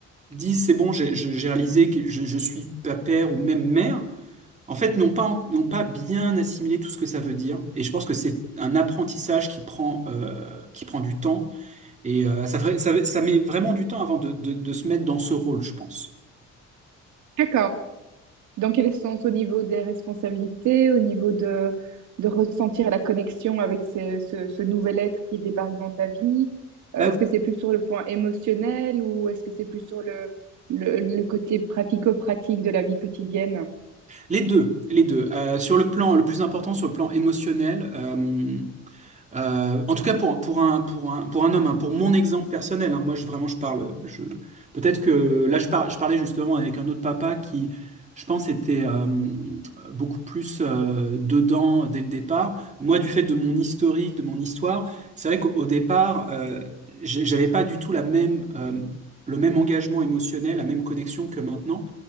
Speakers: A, on the right; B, on the right.
A: disent c'est bon, j'ai j'ai- j'ai réalisé que je, je suis pas père ou même mère, en fait, n'ont pas en- n'ont pas bien assimilé tout ce que ça veut dire. Et je pense que c'est un apprentissage qui prend euh, qui prend du temps et euh, ça, ferait- ça, ça met vraiment du temps avant de, de- de se mettre dans ce rôle, je pense.
B: D'accord. Dans quel sens? Au niveau des responsabilités, au niveau de, de ressentir la connexion avec ce, ce, ce nouvel être qui débarque dans ta vie? Euh,
A: Bah oui.
B: est-ce que c'est plus sur le point émotionnel ou est-ce que c'est plus sur le, le, le côté pratico-pratique de la vie quotidienne?
A: Les deux, les deux. Euh, sur le plan, le plus important, sur le plan émotionnel, euh, Euh, en tout cas pour, un pour un pour un pour un homme, hein, pour mon exemple personnel, hein, moi je vraiment je parle je peut-être que là je par- je parlais justement avec un autre papa qui je pense était euh, beaucoup plus euh, dedans dès le départ. Moi du fait de mon historique, de mon histoire, c'est vrai qu'au au départ euh, j'ai- j'avais pas du tout la même euh, le même engagement émotionnel, la même connexion que maintenant.